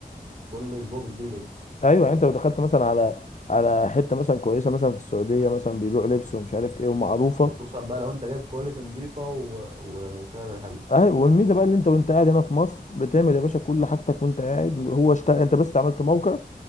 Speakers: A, on the right; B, on the left.
A: كل اسبوع بتجيب لبس
B: ايوه يعني انت لو دخلت مثلا على على حته مثلا كويسه مثلا في السعوديه مثلا بيبيعوا لبس ومش عارف ايه ومعروفه
A: وخصوصا بقى لو انت جايب كواليتي نظيفه و... وسعر حلو
B: ايوه والميزه بقى ان انت وانت قاعد هنا في مصر بتعمل يا باشا كل حاجتك وانت قاعد هو اشتغل انت بس عملت موقع